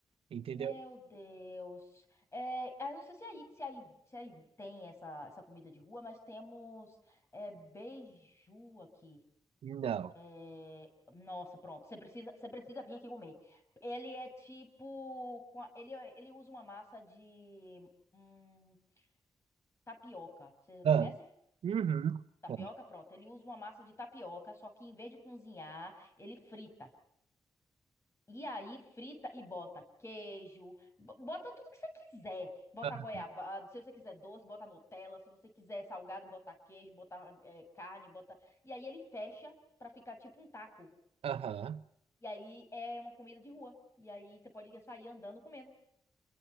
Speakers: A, on the right; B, on the left.
A: entendeu?
B: Meu Deus. É, ah, eu não sei se aí, se aí, se aí tem essa, essa comida de rua, mas temos é, beiju aqui.
A: Não.
B: É, Nossa, pronto. Você precisa, você precisa vir aqui comer. Ele é tipo, com a- ele, é- ele usa uma massa de hum, tapioca. Você
A: Ah,
B: conhece?
A: uhum.
B: Tapioca,
A: Foi.
B: pronto. Ele usa uma massa de tapioca, só que em vez de cozinhar, ele frita. E aí frita e bota queijo, bo- bota tudo que você quiser. Bota
A: Ah,
B: goiabada, se você quiser doce, bota Nutella, se você quiser salgado, bota queijo, bota eh, carne, bota. E aí ele fecha pra ficar tipo um taco.
A: Aham.
B: E aí é uma comida de rua. E aí você pode sair andando comendo.